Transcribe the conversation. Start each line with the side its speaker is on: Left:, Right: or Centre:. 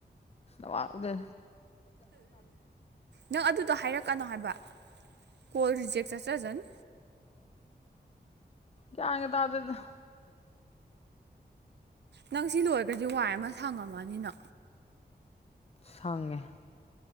Left: ꯑꯋꯥ ꯎꯗ
Right: ꯅꯪ ꯑꯗꯨꯗꯣ ꯍꯥꯏꯔꯛꯀꯅꯣ ꯍꯥꯏꯕ ꯀꯣꯜ ꯔꯤꯖꯦꯛ ꯆꯠꯆꯁꯅꯤ
Left: ꯌꯥꯥꯡꯒꯦ ꯇ ꯑꯗꯨꯗ
Right: ꯅꯪ ꯁꯤ ꯂꯣꯏꯔꯒꯗꯤ ꯋꯥꯏ ꯑꯃ ꯁꯪꯉꯝꯃꯅꯤꯅ
Left: ꯁꯉꯦ